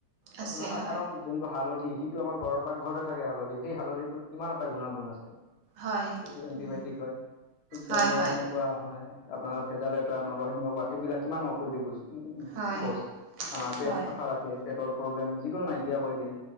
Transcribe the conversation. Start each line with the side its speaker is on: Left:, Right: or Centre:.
Right: আছে
Left: আপোনাৰ
Right: হয়
Left: সাধাৰণ যোনটো হালধি যিটো আমাৰ ঘৰৰ পাকঘৰতে থাকে হালধি, সেই হালধিটোৰ কিমান এটা গুণাগুণ আছে।
Right: হয়
Left: সেইটোয়ে এণ্টিবায়টিক
Right: উম
Left: হয়, ঠিক তেনেদৰে
Right: হয় হয়
Left: সেনেকুৱা হয়। আপোনাৰ ভেদাই লতা, নৰসিংহ পাত সেইবিলাক কিমান ঔষধি গছ। উম উম উম,
Right: হয়
Left: গছ আমাৰ পেট
Right: হয়
Left: চাফা ৰাখে পেটৰ প্ৰব্লেম যিকোনো নাইকিয়া কৰি দিয়ে।